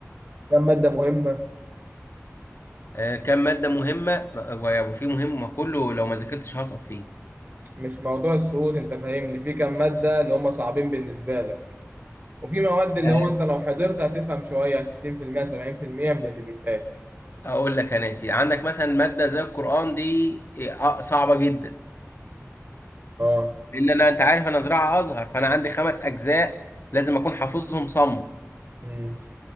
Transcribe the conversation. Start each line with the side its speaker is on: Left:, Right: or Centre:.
Right: كم ماده مهمه
Left: آه، كام مادة مهمة م- وفي مهم ما كله لو ما ذاكرتش هسقط فيه
Right: مش موضوع السقوط انت فاهمني في كم ماده اللي هم صعبين بالنسبه لك وفي مواد اللي
Left: آه،
Right: هو انت لو حضرت هتفهم شوية 60% 70% من اللي بيتقال
Left: اقول لك يا ناسي عندك مثلا مادة زي القرآن دي آه، صعبة جدا
Right: اه
Left: لان انا انت عارف انا زراعة ازهر فانا عندي خمس اجزاء لازم اكون حافظهم صم
Right: امم